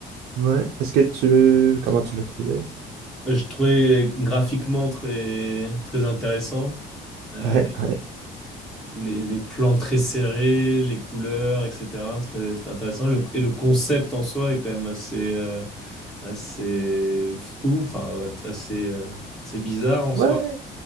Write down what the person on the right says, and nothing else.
Ouais. Est-ce que tu... Comment tu l'as trouvé?
Ouais, ouais.
Ouais,